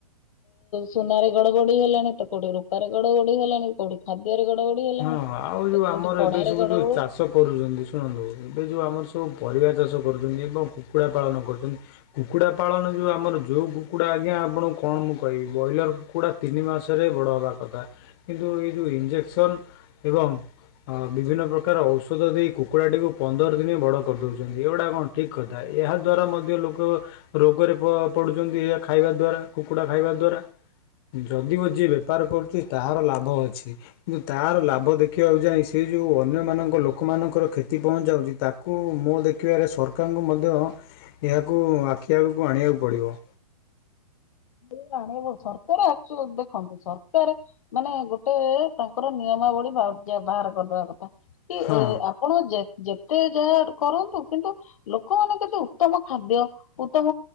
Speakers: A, on the left (about 60°); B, on the left (about 40°).
A: ସୁନାରେ ଗଡ ବଡି ହେଲାଣି ତ କୋଉଠି ରୂପାରେ ଗଡ ବଡି ହେଲାଣି। କୋଉଠି ଖାଦ୍ୟରେ ଗଡ ଗଡି ହେଲାଣି
B: ହଁ
A: ତ
B: ଆଉ ଯୋଉ
A: କୋଉଠି
B: ଆମର
A: ପଢାରେ
B: ଏବେ ସବୁ
A: ଗଡ
B: ଯୋଉ
A: ଗୋଳୋଉଚି।
B: ଚାଷ କରୁଚନ୍ତି ଶୁଣନ୍ତୁ ଏବେ ଯେଉଁ ଆମର ସବୁ ପରିବା ଚାଷ କରୁଚନ୍ତି ଏବଂ କୁକୁଡ଼ା ପାଳନ କରୁଚନ୍ତି। କୁକୁଡା ପାଳନ ଯୋଉ ଆମର ଯୋଉ କୁକୁଡା ଆଜ୍ଞା ଆପଣଙ୍କୁ କଣ ମୁଁ କହିବି ବ୍ର‌ଇଲର କୁକୁଡା ତିନି ମାସରେ ବଡ ହେବା କଥା କିନ୍ତୁ ଏଇ ଯୋଉ ଇଞ୍ଜେକ୍ସନ୍ ଏବଂ ହଁ ବିଭିନ୍ନ ପ୍ରକାର ଔଷଧ ଦେଇ କୁକୁଡ଼ାଟିକୁ ପନ୍ଦର ଦିନେ ବଡ କରିଦୋଉଚନ୍ତି। ଏଗୁଡା କଣ ଠିକ୍ କଥା ଏହା ଦ୍ୱାରା ମଧ୍ୟ ଲୋକ ରୋଗରେ ପ-ପଡୁଚନ୍ତି ଏହା ଖାଇବା ଦ୍ଵାରା କୁକୁଡା ଖାଇବା ଦ୍ଵାରା। ଯଦିଓ ଯିଏ ବେପାର କରୁଚି ତାହାର ଲାଭ ଅଛି କି ତାର ଲାଭ ଦେଖେଇବାକୁ ଯାଇ ସେ ଯୋଉ ଅନ୍ୟମାନଙ୍କ ଲୋକମାନଙ୍କର କ୍ଷତି ପହଞ୍ଚାଉଚି ତା କୁ ମୋ ଦେଖିବାରେ ସରକାରଙ୍କୁ ମଧ୍ୟ ଏହାକୁ ଆଖି ଆଗକୁ ଆଣିବାକୁ ପଡିବ।
A: <unintelligible> ସରକାର ଆସୁ ଦେଖନ୍ତୁ ସରକାର ମାନେ ଗୋଟେ ତାଙ୍କର ନିୟମାବଳୀ <unintelligible> ବାହାର କରିଦବା କଥା କି
B: ହଁ
A: ଏ ଆ ଆପଣ ଯେ-ଯେତେ ଯାହା କରନ୍ତୁ କିନ୍ତୁ ଲୋକମାନେ କେତେ ଉତ୍ତମ ଖାଦ୍ୟ ଉତ୍ତମ